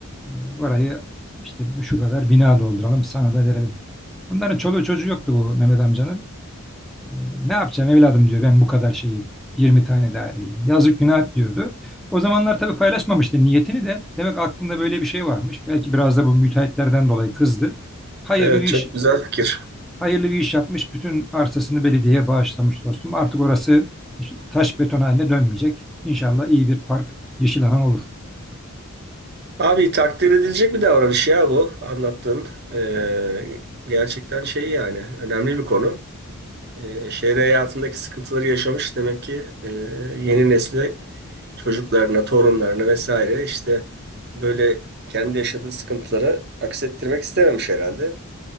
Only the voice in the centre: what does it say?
E, burayı işte şu kadar bina dolduralım sana da verelim. Bunların çoluğu çocuğu yoktu bu Mehmet amcanın. E, ne yapacağım evladım diyor ben bu kadar şeyi 20 tane daireyi. Yazık günah diyordu. O zamanlar tabii paylaşmamıştı niyetini de. Demek aklında böyle bir şey varmış. Belki biraz da bu müteahhitlerden dolayı kızdı. Hayırlı
bir
iş
hayırlı bir iş yapmış. Bütün arsasını belediyeye bağışlamış dostum. Artık orası taş beton haline dönmeyecek. İnşallah iyi bir park, yeşil alan olur.